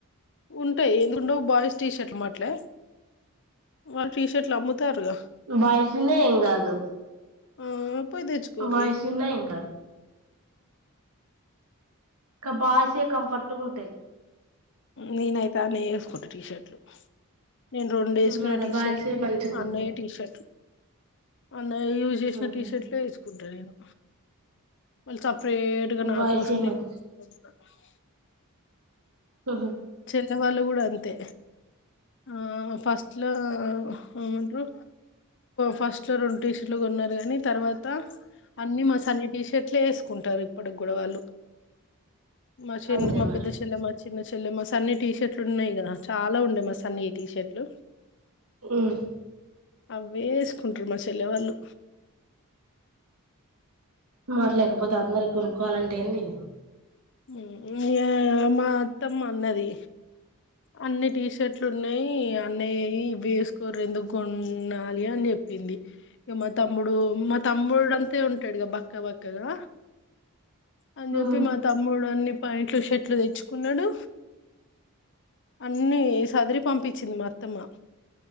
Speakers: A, on the left; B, on the right.
A: ఉంటయి ఎందుకు ఉండవు బాయ్స్ టీ షర్ట్లు అమ్మట్లే వాళ్ళు టీ షర్ట్లు అమ్ముతారుగ
B: బాయ్స్ ఉన్నా ఎమ్ కాదు
A: ఆ పోయి తెచ్చుకొండ్రి
B: బాయ్స్ ఉన్నాయి ఏం కాదు కబాష ే కంఫర్ట్ గా ఉంటయి
A: నేేనయితే అడనే వేసుకుంట టీ షర్ట్ నేను రెండు వేసుకునే
B: మరి
A: టీ
B: బాయ్సే
A: షర్ట్లు
B: మంచిగా
A: అన్నయ్య
B: ఉంటాయి
A: టీషర్ట్లు అన్నయ యూజ్ చేసిన
B: ఉహు
A: టీ షర్ట్లు వేసుకుంటాను నేను మళ్ సప్ప లేట్ గా నా
B: బాయ్సే
A: కోసం
B: మం
A: <unintelligible>
B: హహ
A: ల వాళ్ళు కూడా అంతే ఆ ఫస్ట్ లో ఎమంటరు ఫస్ట్ లో రెండు టీ షర్ట్లు కొన్నారు కాని తర్వాత అన్ని మా సన్ని చెట్లే వేసుకుంటారు ఇప్పటి కూడాడవాళ్ళు మి
B: అంతే
A: మా
B: మరి
A: పెద్దేశల మచ థినే మ అన్ని టీషర్ట్లు ఉన్నాయి కదా చాలా ఉండే మా సన్నీ టీషర్ట్లు
B: ఉమ్
A: అవే వేసుకుంటారు మా చెల్లెవాళ్ళు
B: మాట్లేకపోతే అందరి కొనుక్కోవాలంటే ఏడి
A: ఉమ్ ఉమ్ మా అథా అన్నది అన్ని టీషర్ట్లు ఉన్నాయి అన్నయ్య ఇ వేసుకోరరు ఎందుకు కొండాలి అని చెప్పింది ఇక మా తమ్ముడు మా తమ్ముడు అంతే ఉంటాడు బక్క బక్కగా అన్న చెపి
B: ఉమ్
A: మా తమ్ముడు అన్ని ప్యాంట్లు షర్ట్లు తెచ్చుకున్నాడు అన్ని సదరి పంపించింది అత్తమ్మ